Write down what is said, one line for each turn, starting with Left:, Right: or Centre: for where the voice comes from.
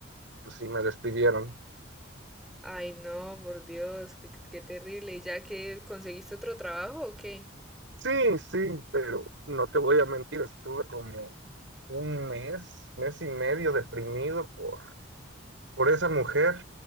Right: pues sí me despidieron.
Centre: Ay, no, por Dios, qué qué terrible. ¿Y ya que conseguiste otro trabajo o qué?
Right: Sí, sí, pero no te voy a mentir, estuve como un mes, mes y medio deprimido por, por esa mujer